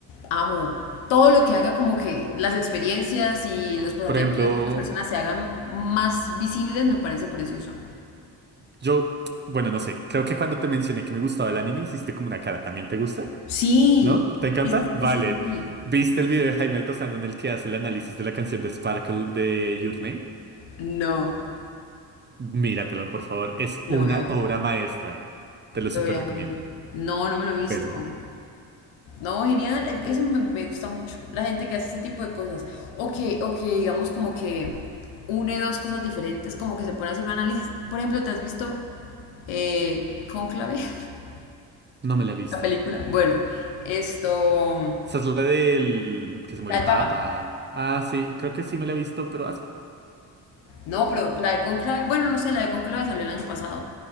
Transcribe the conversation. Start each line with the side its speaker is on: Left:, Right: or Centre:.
Left: Amo. Todo lo que haga como que las experiencias y los pasatiempos
Right: Por ejemplo,
Left: de otras personas se hagan más visibles me parece precioso.
Right: Yo, bueno, no sé, creo que cuando te mencioné que me gustaba el anime hiciste como una cara. ¿También te gusta?
Left: Sí,
Right: ¿No? ¿Te encanta?
Left: sí, sí, sí,
Right: Vale.
Left: sí, sí. sí.
Right: ¿Viste el video de Jaime Altozano en el que hace el análisis de la canción de Sparkle de Your Name?
Left: No,
Right: Míratelo, por favor. Es
Left: lo
Right: una
Left: voy a ver,
Right: obra maestra. Te lo súper
Left: lo voy a
Right: recomiendo.
Left: ver. No, no me lo he visto.
Right: Pero bueno,
Left: No, genial, e- eso me, me gusta mucho. La gente que hace ese tipo de cosas. O que, o que digamos como que une dos cosas diferentes, como que se pone a hacer un análisis. Por ejemplo, ¿te has visto eh, Cónclave? <laughs>
Right: no me la he visto.
Left: La película. Bueno, esto...
Right: Esa es la del que se muere
Left: La del
Right: el Papa.
Left: Papa.
Right: Ah, sí, creo que sí me la he visto, pero hace...
Left: No, pero la de Cónclave... Bueno, no sé, la de Cónclave salió el año pasado.